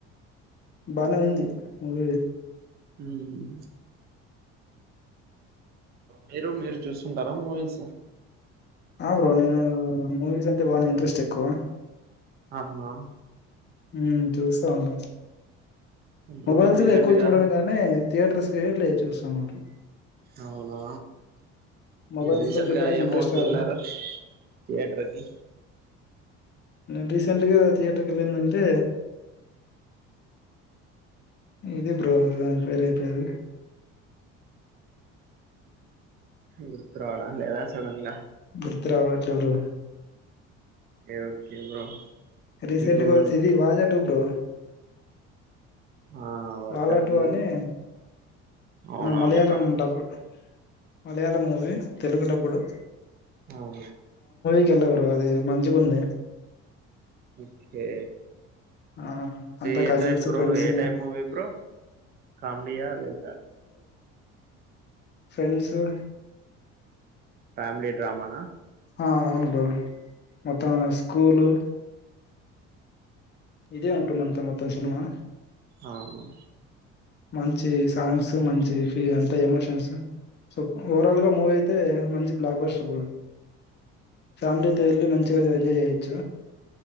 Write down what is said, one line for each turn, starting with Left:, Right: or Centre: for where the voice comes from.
Left: బానే ఉంది మ
Right: మ్ మీరు మీరు చూస్తుంటారా మూవీస్
Left: ఆ బ్రో నేను మూవీస్ అంటే బాగా ఇంట్రెస్ట్ ఎక్కువ
Right: ఆహా
Left: మ్ చూస్తా ఉంటా
Right: బ్రో
Left: మొబైల్స్
Right: రీసెంట్గా
Left: లో ఎక్కువ చూడడం గాని థియేటర్స్ లే చూస్ జనోటి
Right: అవునా
Left: మొబైల్స్
Right: రీసెంట్గా
Left: లో చూడ్డానికి
Right: ఎ
Left: ఇంట్రెస్ట్
Right: మూవీ
Left: రాదు
Right: కి ఎల్లరు థియేటర్కి
Left: నేను రీసెంట్గా థియేటర్కి వెళ్ళిందంటే ఇది బ్రో అని పేరు
Right: గుర్తు రావడం లేదా సడన్ గా
Left: గుర్తురవట్లేదు bro
Right: okay okay bro
Left: recent
Right: మీకు
Left: గా వచ్చేది వాజా టూ బ్రో
Right: ఆ వాచా
Left: వాాలా టు
Right: టూ
Left: అని
Right: అవునవును
Left: మలయాళం
Right: బ్రో
Left: డబ్బు మలయాళం మూవీ తెలుగు డబ్బుడు
Right: అవు
Left: ఎల్లు బ్రో అది మంచిగుంది
Right: ఓకే
Left: ఆ అంతా
Right: ఏ
Left: కజిన్స్
Right: టైప్ బ్రో
Left: ఫ్రెండ్స్
Right: ఏ టైప్ ముూవీ బ్రో కామెడియా లేై
Left: ఫ్రెండ్సు
Right: ఫ్యామిలీ డ్రామానా
Left: ఆ అవును బ్రో మొత్తం స్కూలు ఇదే ఉంటుంది అంతా మొత్తం సినిమా
Right: అవును
Left: మంచి సాంగ్స్ మంచి ఫీల్ అంతా ఎమోషన్స్ సో ఓవరాల్గా మూవీ అయితే మంచి బ్లాక్ బస్ట్ బ్రో ఫ్యామిలీ తో వెళ్ళి మంచిగా ఎంజాయ్ చ్చ